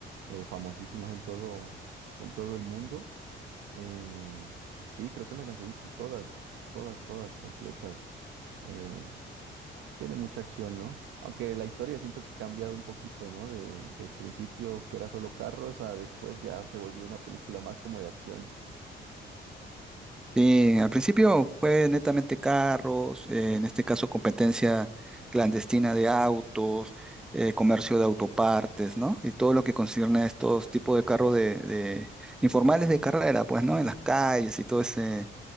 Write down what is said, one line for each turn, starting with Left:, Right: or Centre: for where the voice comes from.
Right: eh, famosísimas en todo, en todo el mundo. Eh, sí, creo que me las he visto todas, todas, todas completas. Eh, tiene mucha acción, ¿no? Aunque la historia siento que ha cambiado un poquito, ¿no? De, del principio que era solo carros a después ya se volvió una película más como de acción.
Centre: Sí, al principio fue netamente carros, eh, en este caso competencia clandestina de autos, eh, comercio de autopartes, ¿no? Y todo lo que concierne a estos tipos de carros de, de- informales de carrera, pues, ¿no? En las calles y todo ese,